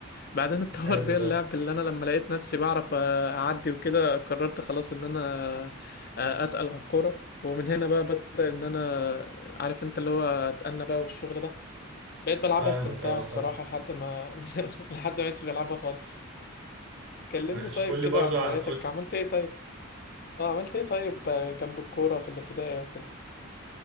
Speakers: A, on the left (about 45°); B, on the right (about 60°).
A: بعدين اتطور
B: حلو
A: بيا
B: ده
A: اللعب اللي انا لما لقيت نفسي بعرف اعدي وكده قررت خلاص ان انا اتقل على الكوره ومن هنا بقى بدأ ان انا عارف انت اللي هو اتقلنا بقى والشغل ده بقيت بلعبها
B: فاهمك
A: استمتاع
B: اه
A: الصراحه
B: فاهم
A: لحد ما <laughs> لحد ما مبقتش بلعبها خالص كلمني
B: ماشي
A: طيب
B: قول
A: كده
B: لي برضو
A: عن هواياتك
B: عن قول
A: عملت ايه طيب اه عملت ايه طيب جنب الكوره في الابتدائي وكده